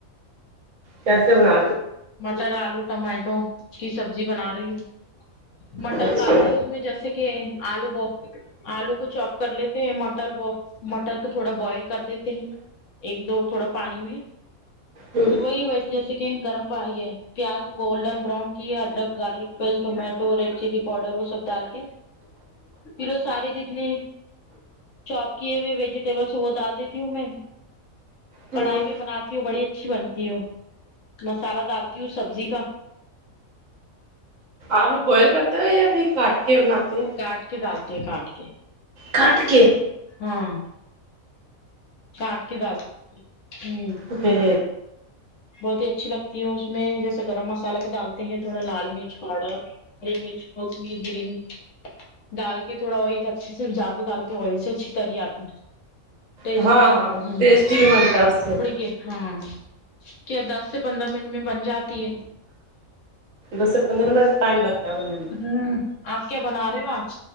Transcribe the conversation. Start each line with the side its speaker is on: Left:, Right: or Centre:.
Right: کیسے بنا
Left: مٹر آلو ٹمیاٹو کی سبزی بنا رہی ہوں مٹر
Right: اچھا
Left: ڈالتے ہیں اس میں جیسے کہ آلو ب آلو کو چوپ کر لیتے ہیں مٹر وہ مٹر کو تھوڑا بوائل کر دیتے ہیں ایک دو تھوڑا پانی میں
Right: ہوں
Left: وہی ویسے جیسے کہ گرم پائی یہ پیاز گولڈن براؤن کیا ادرک garlic paste tomato red chilli powder وہ سب ڈال کے پھر وہ سارے جتنے چاپ کیے ہوئے ویجیٹیبلس وہ ڈال دیتی ہوں میں
Right: ہوں
Left: کڑھائی میں بناتی ہو بڑی اچھی بنتی ہو مسالہ ڈالتی ہوں سبزی کا
Right: آلو بوائل کرتے ہو یا پھر کاٹ کے بناتے
Left: کاٹ کے ڈالتے ہیں کاٹ کے
Right: کاٹ کے
Left: ہاں کانٹ کے دال ٹی ہوں
Right: پھر
Left: بہت ہی اچھی لگتی ہے اس میں جیسے گرم مسالہ بھی دال تے ہیں تھوڑا لال مرچ پاؤڈر ہری مرچ ہوتی ہے گرین ڈال کے تھوڑا آئل اچھے سے زیادہ ڈالتے ہیں آئل سے اچھی تری آتی ٹیسٹ
Right: ہاں
Left: بھی آتا
Right: ہاں
Left: ہوں
Right: ٹیسٹی بھی بنتا ہے اس سے
Left: اڑے کے ہاں کے دس سے پندرہ منٹ میں بن جاتی ہے
Right: دس سے پندرہ منٹ ٹائم لگتا ہے بننے میں
Left: ہوں آپ کیا بنا رہے ہو آج